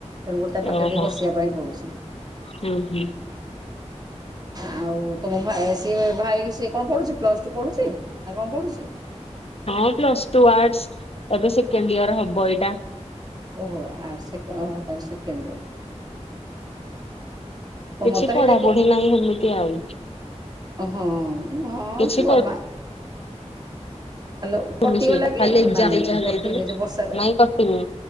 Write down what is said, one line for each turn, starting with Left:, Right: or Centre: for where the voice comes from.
Right: ତେଣୁକରି ତା ପାଖରେ
Left: ଓହୋ
Right: ଟିକେ ବସିବା ପାଇଁ ପଡୁଛି।
Left: ହୁଁ ହୁଁ।
Right: ଆଉ ତମ ଭାଇ ସିଏ ଭାଇ ସିଏ କଣ ପଢ଼ୁଚି ପ୍ଲସ୍ ଟୁ ପଢ଼ୁଚି ନା କଣ ପଢ଼ୁଚି।
Left: ହଁ ପ୍ଲଶ୍ ଟୁ ଆର୍ଟସ୍ ଏବେ ସେକେଣ୍ଡ ଇୟର୍ ହବ ଏଇଟା।
Right: ଓହୋ ଆଠ ସେକେ ଓହୋ ତାର ସେକେଣ୍ଡ ୟର୍। ତ
Left: କିଛି
Right: ମତେ
Left: ପଢାପଢି
Right: ବି ଟେକୁ
Left: ନାହିଁ ହେମିତି ଆଉ
Right: ହଁ ହଁ
Left: କିଛି
Right: ଛୁଆ ମା। ହ୍ୟାଲୋ
Left: <unintelligible>
Right: କଟିଗଲା କି ନାଇଁ
Left: ଯାଇଥିଲେ
Right: ନାଇଁ କଟିନି ଯେ ବର୍ଷାରେ
Left: ନାଇଁ କଟିନି।